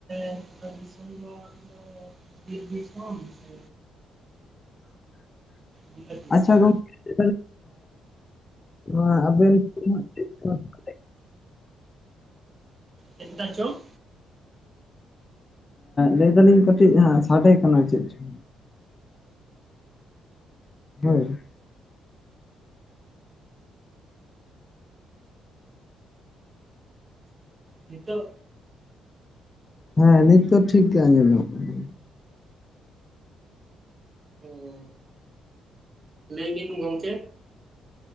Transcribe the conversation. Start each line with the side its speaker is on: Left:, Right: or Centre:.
Right: ᱟᱯᱮ ᱫᱤᱥᱚᱢ ᱫᱚ ᱢᱟᱱᱮ ᱵᱤᱨ ᱫᱤᱥᱚᱢ ᱥᱮ
Left: <inaudible>
Right: ᱵᱤᱞᱟᱹᱛ ᱫᱤᱥᱚᱢ
Left: ᱟᱪᱪᱷᱟ ᱜᱚᱝᱠᱮ ᱱᱚᱣᱟ ᱟᱵᱮᱱ <unintelligible>
Right: ᱪᱮᱫ ᱠᱟ ᱪᱚ?
Left: ᱞᱟᱹᱭ ᱮᱫᱟ ᱞᱤᱧ ᱠᱟᱹᱴᱤᱡ ᱦᱟᱸᱜ ᱥᱟᱰᱮ ᱠᱟᱱᱟ, ᱪᱮᱫ ᱪᱚᱝ? ᱦᱳᱭ᱾
Right: ᱱᱤᱛᱚᱜ?
Left: ᱦᱮᱸ ᱱᱤᱛ ᱫᱚ ᱴᱷᱤᱠ ᱜᱮᱭᱟ ᱟᱸᱡᱚᱢᱚᱜ ᱠᱟᱱᱟ᱾
Right: ᱚᱸ᱾ ᱞᱟᱹᱭ ᱵᱤᱱ ᱜᱚᱝᱠᱮ?